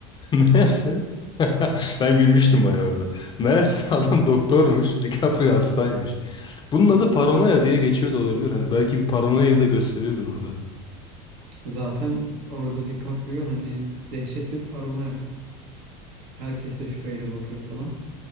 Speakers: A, on the left (about 30°); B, on the right (about 65°).
A: Meğerse <laughs> ben gülmüştüm bayağı orada. Meğerse <laughs>
B: <laughs>
A: adam doktormuş, DiCaprio hastaymış. Bunun adı paranoya
B: O e,
A: diye geçiyor da olabilir. Hani belki bir paranoyayı da gösteriyordur orada.
B: zaten orada DiCaprio hani dehşet bir paranoyak. Herkese şüpheyle bakıyor falan.